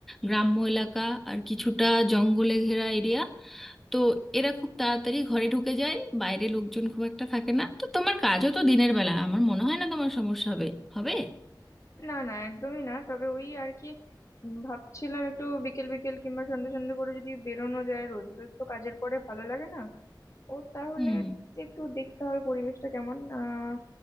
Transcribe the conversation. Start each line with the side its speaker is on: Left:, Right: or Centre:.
Centre: গ্রাম্য এলাকা আর কিছুটা জঙ্গলে ঘেরা এরিয়া তো এরা খুব তাড়াতাড়ি ঘরে ঢুকে যায় বাইরে লোকজন খুব একটা থাকে না তো তোমার কাজও তো দিনের বেলা আমার মনে হয় না তোমার সমস্যা হবে হবে
Left: না না একদমই না তবে ওই আর কি উম, ভাবছিলাম একটু বিকেল বিকেল কিংবা সন্ধ্যে সন্ধ্যে করে যদি বেরোনো যায় রোজ রোজ তো কাজের পরে ভালো লাগে না ও তাহলে
Centre: হুম
Left: একটু দেখতে হবে পরিবেশটা কেমন আহ